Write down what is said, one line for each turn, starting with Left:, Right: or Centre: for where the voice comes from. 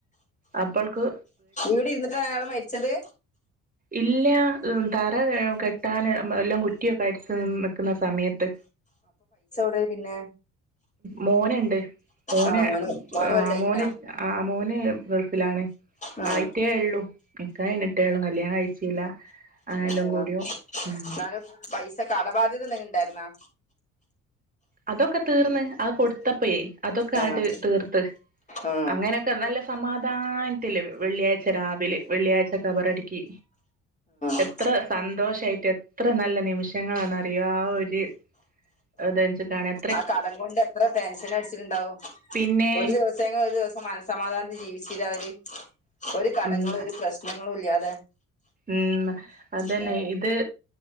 Right: അപ്പൾക്ക്
Left: ഇവിടെ ഇരുന്നിട്ടാ അയാള് മരിച്ചത്
Right: ഇല്ല ഉ തറ കെട്ടാൻ എല്ലാം കുറ്റിയൊക്കെ അടച്ച് നിക്കുന്ന സമയത്ത്
Left: ടെ പിന്നെ
Right: മോനണ്ട് ഓന
Left: ആ മോന് മോന് വലുതായിക്കണാ
Right: മഓന അമോന് മോന് ഗൾഫിലാണ്
Left: ഉം
Right: ആയിട്ടേ ഉള്ളൂ നിക്കാ കയിഞ്ഞിട്ടേള്ളു കല്യാണം കഴിച്ചില്ല അങ്ങനെല്ലാം
Left: ആ
Right: കൂടിയോ ഉം
Left: എന്നാലും പൈസ കടബാധ്യത എന്തെങ്ക ഉണ്ടായിരുന്നാ
Right: അതൊക്കെ തീർന്ന് അ കൊടുത്തപ്പോയേ അതൊക്കെ
Left: ആ
Right: ആട്ട് തീർത്ത്
Left: ആ
Right: അങ്ങനെയൊക്കെ നല്ല സമാധാന <unintelligible> വെള്ളിയാഴ്ച രാവിലെ വെള്ളിയാഴ്ച കബറടിക്ക്
Left: ആ
Right: എത്ര സന്തോഷ <unintelligible> എത്ര നല്ല നിമിഷങ്ങളാന്നറിയോ ആ ഒരു അതു <unintelligible>
Left: ആ കടം കൊണ്ട് എത്ര ടെൻഷൻ അടിച്ചിട്ടുണ്ടാവും
Right: പിന്നെ
Left: ഒരു ദിവസെങ്കിലും ഒരു ദിവസം മനസ്സമാധാനത്തി ജീവിച്ചു അവര് ഒരു കടങ്ങളും
Right: ഉം
Left: ഒരു പ്രശ്നങ്ങളുല്ലാ
Right: ഉം അതന്നെ
Left: ല്ലേ
Right: ഇത്